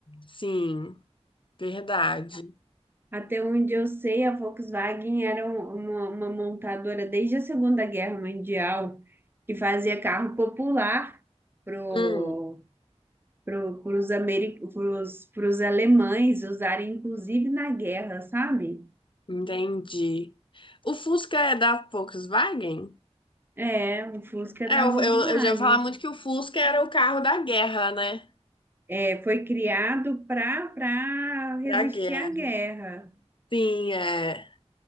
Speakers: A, on the left; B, on the right.
A: Sim, verdade.
B: Até onde eu sei, a Volkswagen era um- uma, uma montadora desde a Segunda Guerra Mundial que fazia carro popular pro,
A: Hum,
B: pro, pros, ameri- pros, pros alemães usarem, inclusive na guerra, sabe?
A: entendi. O Fusca é da Volkswagen?
B: É, o Fusca
A: É,
B: da
A: eu,
B: Volkswagen.
A: eu, eu já ouvi falar muito que o Fusca era o carro da guerra, né?
B: É, foi criado para para resistir
A: Pra guerra.
B: à guerra.
A: Sim, é.